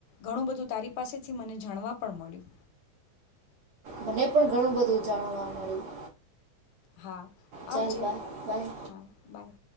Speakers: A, on the left; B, on the right.
A: ઘણું બધું તારી પાસેથી મને જાણવા પણ મળ્યું.
B: મને પણ ઘણું બધું જાણવા મળ્યું.
A: હા
B: ચાલ
A: આવજે.
B: બાય બાય
A: હા બાય.